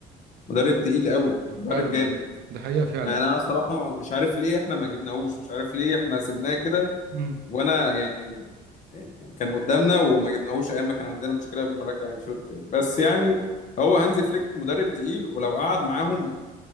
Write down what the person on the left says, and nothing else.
مدرب تقيل قوي يعني مدرب
جامد
يعني انا صراحه مش عارف ليه احنا ما جبناهوش مش عارف ليه احنا سيبناه كده
وانا يعني كان قدامنا وما جبناهوش ايام ما كان عندنا مشكله قبل ما نرجع انشيلوتي تاني بس يعني هو هانزي فليك مدرب تقيل ولو قعد معاهم